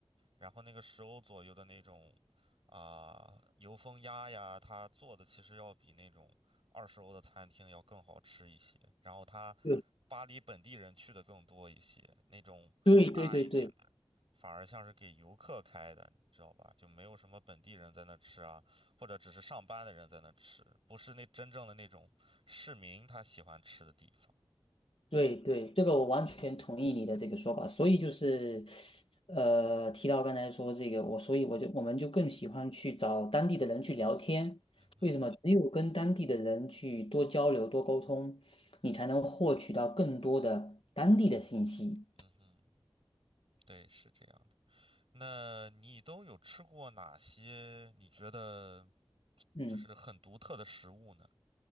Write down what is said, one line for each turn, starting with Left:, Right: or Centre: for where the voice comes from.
Right: 然后那个十欧左右的那种啊、油封鸭呀，它做的其实要比那种二十欧的餐厅要更好吃一些。然后它
Left: 对
Right: 巴黎本地人去的更多一些，那种大一点的反而像是给游客开的，
Left: 对对对对。
Right: 你知道吧？就没有什么本地人在那吃啊，或者只是上班的人在那吃，不是那真正的那种市民他喜欢吃的地方。
Left: 对对，这个我完全同意你的这个说法，所以就是，呃，提到刚才说这个，我所以我就我们就更喜欢去找当地的人去聊天，
Right: 嗯哼，
Left: 为什么？只有跟当地的人去多交流、多沟通，你才能获取到更多的当地的信息。
Right: 嗯哼，对，是这样的。那你都有吃过哪些你觉得
Left: 嗯，
Right: 就是很独特的食物呢？